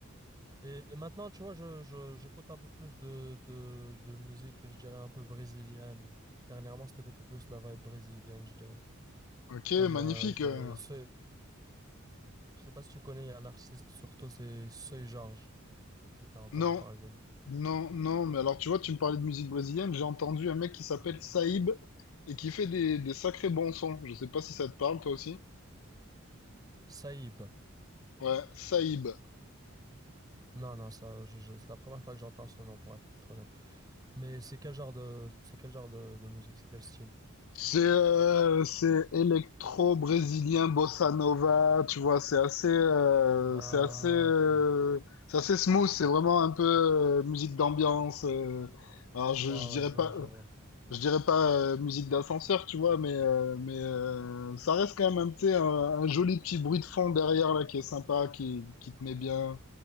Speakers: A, on the right; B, on the left.
A: Et, et maintenant, tu vois, je, je- j'écoute un peu plus de, de, de musique, je dirais, un peu brésilienne. Dernièrement, c'était beaucoup plus la vibe brésilienne, je dirais.
B: Ok,
A: Comme,
B: magnifique.
A: euh, je dirais,
B: euh.
A: Seuil. Je sais pas si tu connais, il y a un artiste, surtout, c'est Seuil Georges, si tu as entendu
B: Non,
A: parler de lui.
B: non, non, mais alors tu vois, tu me parlais de musique brésilienne, j'ai entendu un mec qui s'appelle Saïb et qui fait des, des sacrés bons sons. Je sais pas si ça te parle toi aussi.
A: Saïb.
B: Ouais, Saïb.
A: Non, non, ça, je, je- c'est la première fois que j'entends ce nom, pour être honnête. Mais c'est quel genre de, c'est quel genre de, de musique, c'est quel style?
B: C'est euh, c'est électro brésilien bossa nova, tu vois, c'est assez euh,
A: Ah,
B: c'est assez euh,
A: ok. Ouais,
B: c'est assez smooth, c'est vraiment un peu euh, musique d'ambiance. euh. alors je,
A: ouais,
B: je dirais
A: je,
B: pas
A: je vois.
B: je dirais pas euh, musique d'ascenseur, tu vois, mais euh, mais euh, ça reste quand même un petit un, un joli petit bruit de fond derrière là qui est sympa, qui qui te met bien